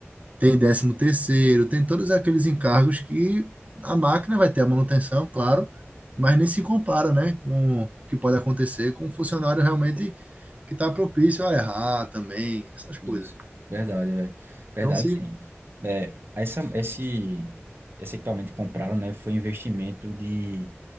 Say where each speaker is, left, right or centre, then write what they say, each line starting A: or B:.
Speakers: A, on the right; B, on the right.
A: tem décimo terceiro, tem todos aqueles encargos que a máquina vai ter a manutenção, claro, mas nem se compara, né, com o que pode acontecer com um funcionário realmente que está propício a errar também, essas coisas.
B: Isso, verdade, velho. Verdade,
A: Então, se.
B: sim. É, essa, esse, esse equipamento que compraram, né, foi um investimento de